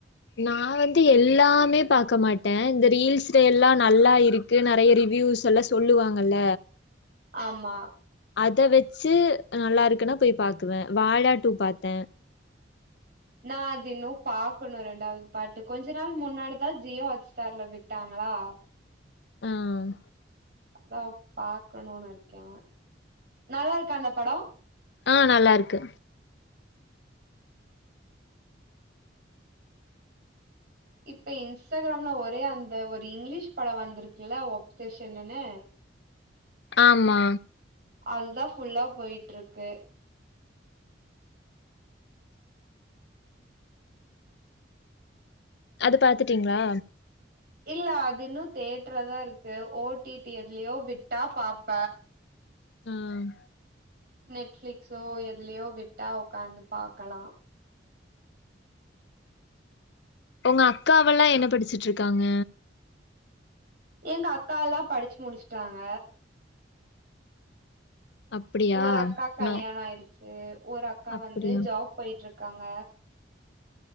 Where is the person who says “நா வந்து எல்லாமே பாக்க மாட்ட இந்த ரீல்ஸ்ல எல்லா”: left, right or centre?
Left